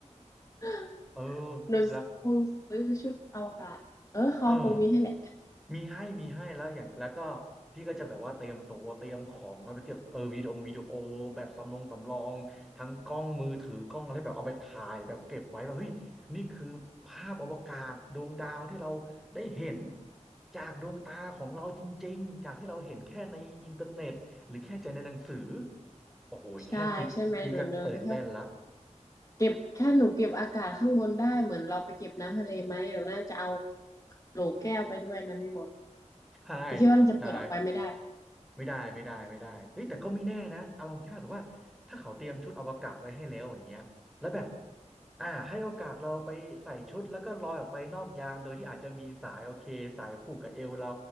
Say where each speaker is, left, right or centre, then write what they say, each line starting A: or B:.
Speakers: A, on the left; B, in the centre.
A: <laughs>
B: เออ
A: หนูคงซื้อชุดอวกาศเออเขาคงมีให้แหละ
B: แล้วเออ มีให้มีให้แล้วอย่างแล้วก็พี่ก็จะแบบว่าเตรียมตัวเตรียมของเอาไปเทียบเออวิดีโอวิดีโอแบบสำรองสำรองทั้งกล้องมือถือกล้องอะไรแบบเอาไปถ่ายแบบเก็บไว้แบบเฮ้ยนี่คือภาพอวกาศดวงดาวที่เราได้เห็นจากดวงตาของเราจริงๆจากที่เราเห็นแค่ในอินเทอร์เน็ตหรือแค่ใจในหนังสือโอ้โหแค่คิดพี่ก็ตื่นเต้นละ
A: ใช่ใช่ไหมหนูเนอก็แค่เก็บถ้าหนูเก็บอากาศข้างบนได้เหมือนเราไปเก็บน้ำทะเลไหมหนูน่าจะเอาโหลแก้วไปด้วยนะพี่มด
B: ใช่
A: แต่คิดว่ามันจะเปิดออกไปไม่ได้
B: ใช่ ไม่ได้ไม่ได้ไม่ได้เฮ้ยแต่ก็ไม่แน่นะเอาลองคิดภาพแต่ว่าถ้าเขาเตรียมชุดอวกาศไว้ให้แล้วอย่างเงี้ยแล้วแบบอ่าให้โอกาสเราไปใส่ชุดแล้วก็ลอยออกไปนอกยานโดยที่อาจจะมีสายโอเคสายผูกกับเอวเรา